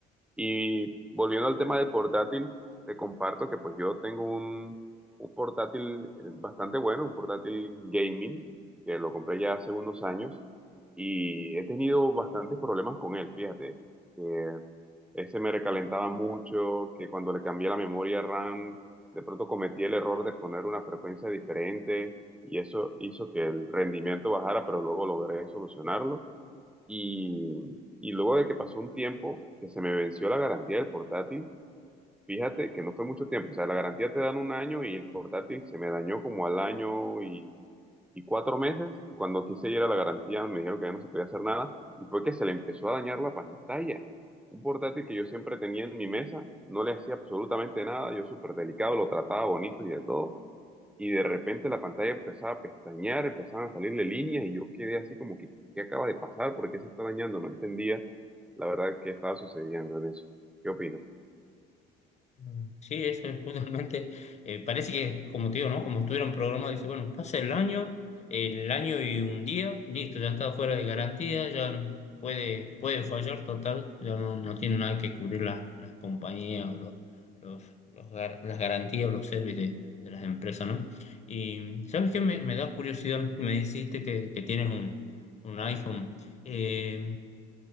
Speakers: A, in the centre; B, on the left.
A: Y volviendo al tema del portátil, te comparto que pues yo tengo un, un portátil eh, bastante bueno, un portátil gaming, que lo compré ya hace unos años y he tenido bastantes problemas con él, fíjate, que ese me recalentaba mucho, que cuando le cambié la memoria RAM, de pronto cometí el error de poner una frecuencia diferente y eso hizo que el rendimiento bajara, pero luego logré solucionarlo. Y, y luego de que pasó un tiempo que se me venció la garantía del portátil, fíjate que no fue mucho tiempo, o sea, la garantía te dan un año y el portátil se me dañó como al año y, y cuatro meses, y cuando quise ir a la garantía me dijeron que ya no se podía hacer nada, y fue que se le empezó a dañar la pantalla. Un portátil que yo siempre tenía en mi mesa, no le hacía absolutamente nada, yo súper delicado, lo trataba bonito y de todo, y de repente la pantalla empezaba a pestañear, empezaban a salirle líneas y yo quedé así como que, ¿qué acaba de pasar? ¿Por qué se está dañando? No entendía la verdad qué estaba sucediendo en eso. ¿Qué opinas?
B: Mm, Sí, eso es justamente, eh, parece que, como te digo, ¿no? Como estuvieron programados, dice, bueno, pasa el año, el año y un día, listo, ya está fuera de garantía, ya puede, puede fallar, total, ya no, no tiene nada que cubrir las, las compañías o los, los, los gar- las garantías o los servicios de, de las empresas, ¿no? Y, ¿sabes qué? Me, me da curiosidad, me dijiste que, que tienes un, un iPhone. Eh,